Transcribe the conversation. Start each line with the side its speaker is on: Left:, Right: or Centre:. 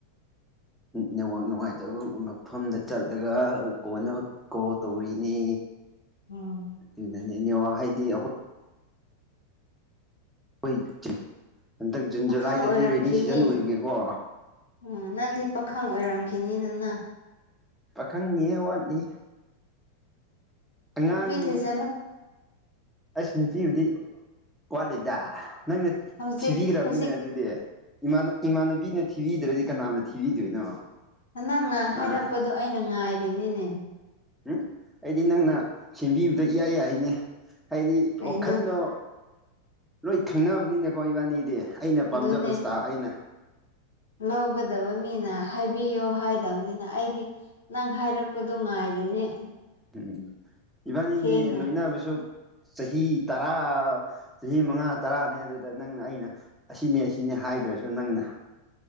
Centre: ꯅꯃꯛ ꯅꯨꯡꯉꯥꯏꯇꯕ ꯃꯐꯝꯗ ꯆꯠꯂꯒ ꯀꯣꯅ ꯀꯣ ꯇꯧꯔꯤꯅꯦ
Left: ꯎꯝ
Centre: ꯑꯗꯨꯅꯅꯦꯅꯦ ꯍꯥꯏꯗꯤ ꯑꯩꯈꯣꯏ ꯑꯩꯈꯣꯏ ꯍꯟꯗꯛ ꯖꯨꯟ
Left: ꯄꯥꯈꯪ
Centre: ꯖꯨꯂꯥꯏꯗꯗꯤ
Left: ꯑꯣꯏꯔꯝꯈꯤꯅꯤ
Centre: ꯔꯦꯅꯤ ꯁꯤꯖꯟ ꯑꯣꯏꯕꯒꯦꯀꯣ
Left: ꯎꯝ ꯅꯪꯗꯤ ꯄꯥꯈꯪ ꯑꯣꯏꯔꯝꯈꯤꯅꯤꯗꯅ
Centre: ꯈꯪꯉꯌꯦ ꯋꯥꯠꯂꯤ ꯑꯉꯥꯡꯅꯤꯌꯦ
Left: ꯄꯤ ꯊꯖꯂ
Centre: ꯑꯁ ꯅꯨꯄꯤꯕꯨꯗꯤ ꯋꯥꯠꯂꯤꯗ ꯅꯪꯅ
Left: ꯍꯧꯖꯤꯛ
Centre: ꯊꯤꯕꯤꯈ꯭ꯔꯕꯅꯤꯅꯦ
Left: ꯍꯧꯖꯤꯛ
Centre: ꯑꯗꯨꯗꯤ ꯏꯃꯥꯟꯅꯕꯤꯅ ꯊꯤꯕꯤꯗ꯭ꯔꯗꯤ ꯀꯅꯥꯅ ꯊꯤꯕꯤꯗꯣꯏꯅꯣ
Left: ꯅꯪꯅ ꯍꯥꯏꯔꯛꯄꯗꯣ
Centre: ꯑꯥ
Left: ꯑꯩꯅ ꯉꯥꯏꯔꯤꯅꯤꯅꯦ
Centre: ꯎꯝ ꯑꯩꯗꯤ ꯅꯪꯅ ꯁꯦꯝꯕꯤꯕꯗ ꯏꯌꯥꯏ ꯌꯥꯏꯅꯦ ꯍꯥꯏꯗꯤ
Left: ꯀꯩꯅꯣ
Centre: ꯋꯥꯈꯜꯗꯣ ꯂꯣꯏ ꯊꯪꯅꯕꯅꯤꯅꯀꯣ ꯏꯕꯥꯅꯤꯗꯤ ꯑꯩꯅ ꯄꯥꯝꯖꯕ
Left: ꯑꯗꯨꯅꯦ
Centre: ꯏꯁꯇꯥꯏꯜ ꯑꯩꯅ
Left: ꯂꯧꯒꯗꯕ ꯃꯤꯅ ꯍꯥꯏꯕꯤꯌꯣ ꯍꯥꯏꯗꯕꯅꯤꯅ ꯑꯩꯗꯤ ꯅꯪ ꯍꯥꯏꯔꯛꯄꯗꯣ ꯉꯥꯏꯔꯤꯅꯦ
Centre: ꯎꯝ ꯎꯝ ꯏꯕꯥꯅꯤꯗꯤ
Left: ꯊꯦꯡꯅ
Centre: ꯂꯣꯏꯅꯕꯁꯨ ꯆꯍꯤ ꯇꯔꯥ ꯆꯍꯤ ꯃꯉꯥ ꯇꯔꯥꯅꯦ ꯑꯗꯨꯗ ꯅꯪ ꯑꯩꯅ ꯑꯁꯤꯅꯦ ꯑꯁꯤꯅꯦ ꯍꯥꯏ ꯍꯥꯏꯗ꯭ꯔꯁꯨ ꯅꯪꯅ